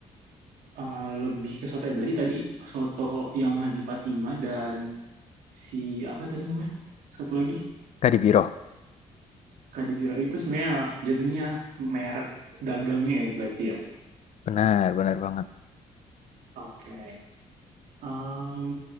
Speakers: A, on the right; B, on the left.
A: Ah, lebih ke soto ya. Berarti tadi soto yang Haji Fatima dan si apa tadi namanya? Satu lagi
B: Kadipiro.
A: Kadipiro itu sebenarnya jatuhnya merek dagangnya ya berarti ya.
B: Benar, benar banget.
A: Oke. Em,